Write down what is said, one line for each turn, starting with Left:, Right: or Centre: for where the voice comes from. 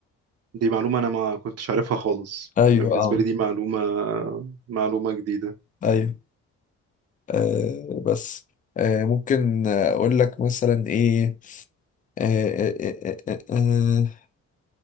Right: دي معلومة انا ما كنتش عارفها خالص
Left: أيوه
Right: انا بالنسبة
Left: أه
Right: لي دي معلومة معلومة جديدة
Left: أيوه آه بس آه ممكن أقول لك مثلا إيه آه آه آه آه آه آه.